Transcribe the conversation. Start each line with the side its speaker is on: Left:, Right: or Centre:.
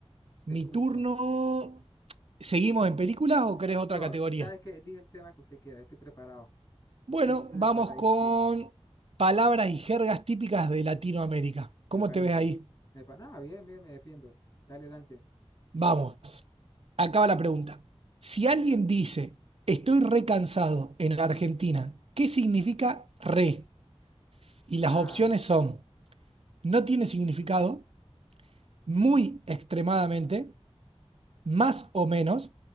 Left: te
Right: Mi
Left: escucho.
Right: turno. ¿Seguimos en películas o querés otra
Left: No,
Right: categoría?
Left: sabes que elige el tema que usted quiera, estoy preparado.
Right: Bueno,
Left: Estoy preparadísimo,
Right: vamos con palabras y jergas típicas de Latinoamérica.
Left: me
Right: ¿Cómo
Left: parece.
Right: te ves ahí?
Left: Me pa- no, bien, bien, me defiendo. Dale, lance.
Right: Vamos. Acaba la pregunta. Si alguien dice, estoy recansado en Argentina, ¿qué significa re? Y las
Left: Ah,
Right: opciones son, no tiene significado, muy extremadamente, más o menos,